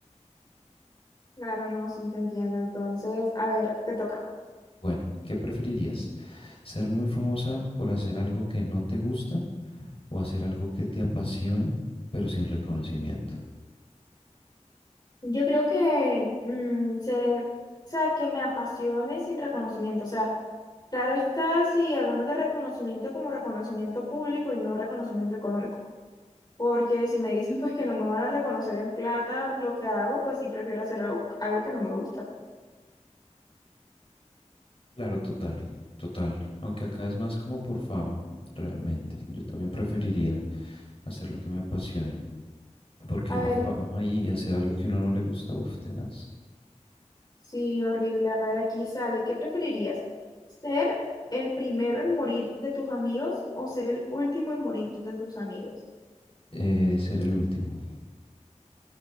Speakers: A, on the left; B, on the left.
A: Claro, no, sí te entiendo. Entonces, a ver, te toca.
B: Bueno, ¿qué preferirías? ¿Ser muy famosa por hacer algo que no te gusta o hacer algo que te apasione, pero sin reconocimiento?
A: Yo creo que mm, se, o sea, que me apasione sin reconocimiento. O sea, claro está si hablamos de reconocimiento como reconocimiento público y no reconocimiento económico. Porque si me dicen pues que no me van a reconocer en plata lo que hago, pues sí prefiero hacer algo, algo que no me gusta.
B: Claro, total, total. Aunque acá es más como por fama, realmente. Yo también preferiría hacer lo que me apasione, porque
A: A
B: la
A: ver,
B: fama y hacer algo que uno no le gusta, uf, tenaz.
A: sí, horrible. A ver, aquí sale. ¿Qué preferirías? ¿Ser el primero en morir de tus amigos o ser el último en morir de tus amigos?
B: Eh, ser el último.